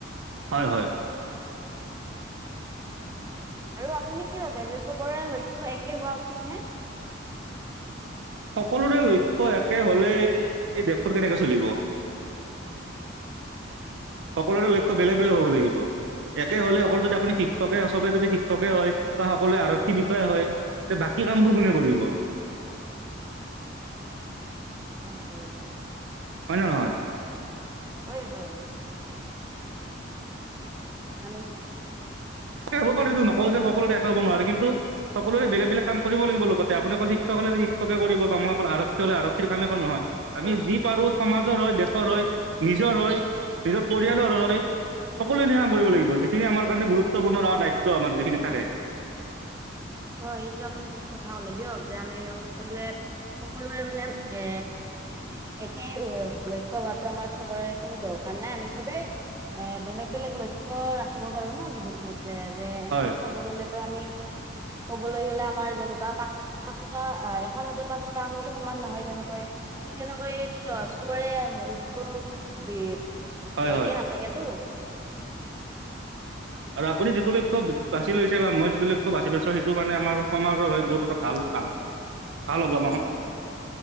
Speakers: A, on the right; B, on the right.
A: হয়- হয়।
B: আৰু আপুনি কি ভাবে যে চবৰে লক্ষ্য একে হোৱা উচিত নে?
A: সকলোৰে লক্ষ্য একে হলেই এই দেশখন কেনেকে চলিব। সকলোৰে লক্ষ্য বেলেগ -বেলেগ হ'ব লাগিব। একে হ'লে অকল যদি আপুনি শিক্ষকে চবে যদি শিক্ষকে হয় বা সকলোৱে আৰক্ষী বিষয়া হয় তে বাকী কামবোৰ কোনে কৰিব?
B: <inaudible> হয়- হয় বাৰু।
A: হয় নে নহয়?
B: হয়- হয় আমি
A: তাকে হ'ব পাৰে এইটো নকও যে সকলো যে একে হব নোৱাৰে কিন্তু সকলোৰে বেলেগ -বেলেগ কাম কৰিব লাগিব লগতে আপুনি অকল শিক্ষক শিক্ষকে কৰিব বা মই অকল আৰক্ষী হ'লে আৰক্ষীৰ কামে একো নহয় আমি যি পাৰো সমাজৰ হয় দেশৰ হয় নিজৰ হৈ নিজৰ পৰিয়ালৰ হৈ সকলোখিনি কাম কৰিব লাগিব যিখিনি আমাৰ কাৰণে গুৰুত্ব গুৰুত্বপূৰ্ণ আমাৰ দায়িত্ব আমাৰ যিখিনি থাকে।
B: হয়, সেইটো আপুনি ঠিক কথা হলে দিয়ক যে আমি সকলোৱে- সকলোৰে মানে এ' একেই লক্ষ্য হোৱাতো আমাৰ চবৰে কোনো দৰকাৰ নাই আমি চবেই এ' বেলেগ- বেলেগ বেলেগ -বেলেগ লক্ষ্য ৰাখিব পাৰো না জীৱনটোতে যে এনেকুৱাই
A: হয়
B: চাব গ'লেতো আমি কবলৈ গ'লে আমাৰ যেনেকুৱা পাচ পাচোটা এখন হাতৰ পাচোতা আঙুলি সমান নহয় তেনেকৈ ঠিক এনেকৈ চ - চবৰে মগজুটোৰ বে
A: হয় হয়
B: একে নাথাকেতো।
A: আৰু আপুনি যিটো লক্ষ্য বাছি লৈছে বা মই যিটো লক্ষ্য বাছি লৈছোঁ সেইটো মানে আমাৰ সমাজৰ হৈ বহুত এটা ভাল কাম, ভাল হ'ব আমাৰ